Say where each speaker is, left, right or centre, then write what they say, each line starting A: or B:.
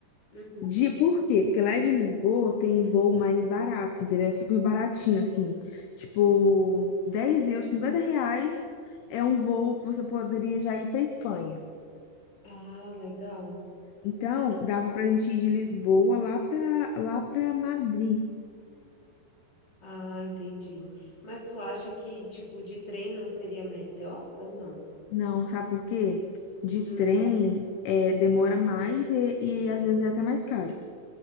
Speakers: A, on the left; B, on the left.
A: uhum.
B: De, por quê? Porque lá de Lisboa tem voo mais barato, entendeu? É super baratinho, assim, tipo, 10 euros, 50 reais é um voo que você poderia já ir pra Espanha.
A: Ah, legal.
B: Então, dava pra gente ir de Lisboa lá pra, lá pra Madrid.
A: Ah, entendi. Mas tu acha que tipo de trem não seria melhor ou não?
B: Não, sabe por quê? De
A: Hum.
B: trem é, demora mais e, e às vezes é até mais caro,